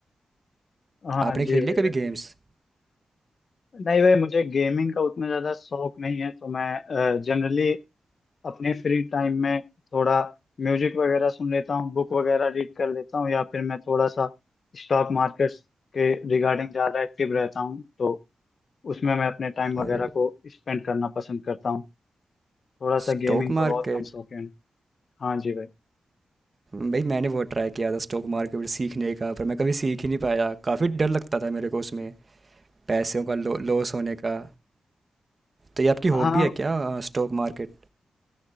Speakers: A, on the left (about 55°); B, on the right (about 30°).
A: हाँ
B: आपने
A: जी
B: खेल
A: भाई
B: लिया कभी
A: भाई
B: गेम्स
A: नहीं भाई मुझे गेमिंग का उतना ज़्यादा शौक नहीं है तो मैं जनरली अपने फ्री टाइम में थोड़ा म्यूजिक वगैरह सुन लेता हूँ बुक वगैरह रीड कर लेता हूँ या फिर मैं थोड़ा सा स्टॉक मार्केट्स के रिगार्डिंग ज़्यादा एक्टिव रहता हूँ तो उसमें मैं अपने टाइम
B: अरे
A: वगैरह को स्पेंड करना पसंद करता हूँ थोड़ा सा
B: स्टॉक
A: गेमिंग का
B: मार्केट
A: बहुत कम शौक है हाँ जी भाई
B: भाई मैंने बहुत ट्राई किया था स्टॉक मार्केट सीखने का पर मैं कभी सीख ही नहीं पाया काफ़ी डर लगता था मेरे को उसमें पैसों का लो, लॉस होने का तो ये आपकी हॉबी
A: हाँ
B: है क्या स्टॉक मार्केट